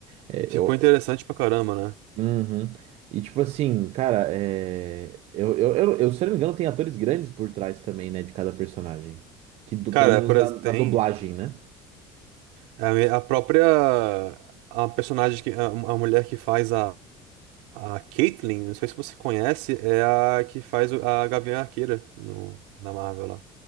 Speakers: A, on the right; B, on the right.
A: É,
B: E ficou
A: eu,
B: interessante pra caramba, né?
A: Uhum. E tipo assim, cara, é... eu, eu, eu, eu, se eu não me engano, tem atores grandes por trás também, né, de cada personagem. Que du-
B: Cara,
A: pelo menos
B: por
A: na,
B: exemplo,
A: na
B: tem
A: dublagem, né?
B: a, me- a própria... A personagem, que, a, a mulher que faz a, a Caitlyn, não sei se você conhece, é a que faz o- a Gavião Arqueira no, na Marvel lá.